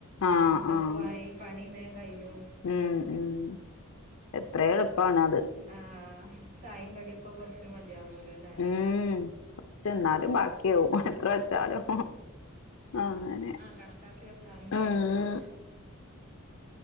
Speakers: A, on the left; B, on the right.
A: ആഹ്
B: മക്കൾക്കമായി.
A: ആഹ്
B: പണ വേങ്കും.
A: ഉം ഉം എത്ര എളുപ്പാണ് അത്
B: ആഹ. ചായയും കടിയൊക്കെ കുറച്ച് മതിയാവുമല്ലോ അല്ലേ.
A: ഉം കൊറച്ചെന്നാലും ബാക്കിയവുംും എത്ര വെച്ചാലും. അങ്ങനെ
B: ആഹ കണക്കാക്കി വെക്കാനും കഴിയൂലല്ലോ
A: ഉം